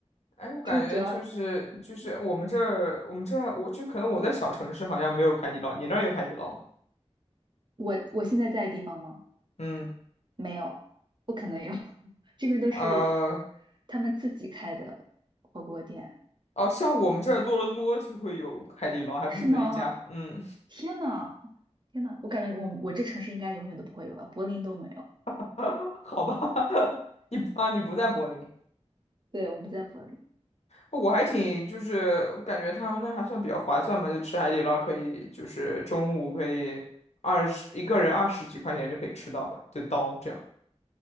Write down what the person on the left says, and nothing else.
哎，我感觉就是就是我们这儿我们这儿我就可能我在小城市好像没有海底捞，
你那儿有海底捞吗？
嗯，
呃。
哦，像我们这儿多伦多就会有海底捞，还不止一家。
嗯，
<laughs> 好吧，<laughs> 你啊，你不在柏林，
我还挺就是感觉他们那还算比较划算嘛，就吃海底捞可以，就是中午可以二十一个人二十几块钱就可以吃到吧，就刀这样，